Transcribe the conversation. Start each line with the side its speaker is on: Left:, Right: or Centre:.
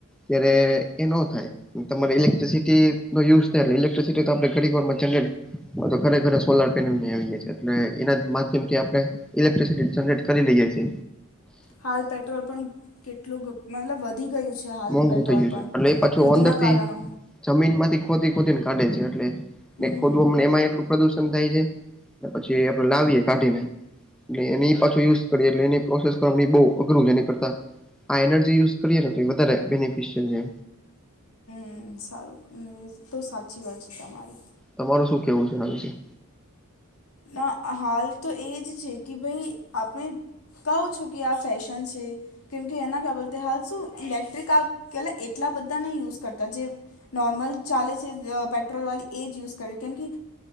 Centre: ત્યારે એ ન થાય તમારે લે લેક્ટ્રસિટી ન યુઝ થયે લેક્ટ્રિસિટી આપણે ઘરોરમાં જનરેલી તો ઘરે ઘરે સોલાર પેનલ આવી ગ છે એટલે એના માધ્યમથી આપણે ઇલેક્ટ્રિસિટી જનરેટ કરી લઈ જાય છે
Left: હાલ પેટ્રોલ પણ કેટલું મતલબ વધી ગયું છે હાલ
Centre: મોંઘું
Left: પેટ્રોલ
Centre: થઈ ગયું
Left: પણ
Centre: છે એટલે એ પાછું
Left: યુદ્ધના
Centre: અંદર થી
Left: કારણો
Centre: જમીન માંથી ખોદી ખોદી ને કાઢે છે એટલે ને
Left: હમ
Centre: ખોદવા એમાં એટલું પ્રદુષણ થાય છે પછી આપડે લાવીએ કાઢીને એ એ પાછું યુઝ કરી એટલે એની પ્રોસેસ કરવા બ અઘરું છે એની કરતા આ એનર્જી યુઝ કરીએ ને તો વધ બેનિફિશયલ છે
Left: હ સારું તો સાચી વાત છે તમારી
Centre: તમાર શું કેવું છે નાનજી
Left: ના હાલ તો એ જ છે કે ભાઈ આપણે કહો છું કે આ ફેશન છે કેમકે એના ક્યા બોલતે હાલ શું ઇલેક્ટ્રિક આ પલા એટલા બધા ન યુઝ કરતા જે નોર્મલ ચાલે છે પેટ્રોલવાળી એ જ યુઝ કરે કેમ કે